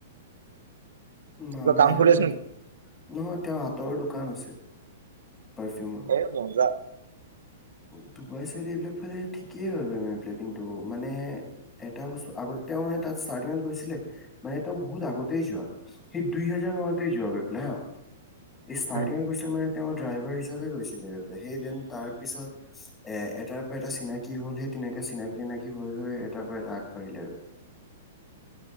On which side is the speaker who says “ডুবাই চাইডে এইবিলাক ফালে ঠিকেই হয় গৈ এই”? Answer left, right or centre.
Left